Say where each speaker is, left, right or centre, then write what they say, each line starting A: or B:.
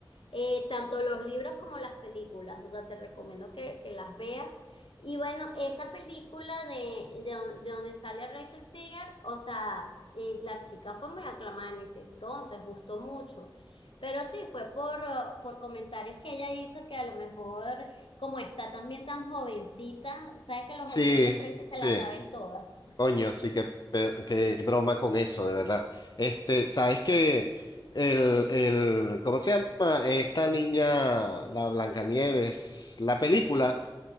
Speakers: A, on the left (about 70°); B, on the left (about 50°).
A: eh, tanto los libros como las películas, o sea, te recomiendo que, que las veas. Y bueno, esa película de, de, don- de donde sale Rachel Seeger, o sea, eh, la chica fue muy aclamada en ese entonces, gustó mucho. Pero sí, fue por, uh, por comentarios que ella hizo que a lo mejor, como está también tan jovencita, sabes que los
B: Sí,
A: jovencitos creen que se
B: sí.
A: la saben todas.
B: Coño, sí, qué, pe- qué broma con eso, de verdad. Este,
A: <laughs>
B: ¿sabes que El, el, ¿cómo se llama? Esta niña, la Blancanieves, la película,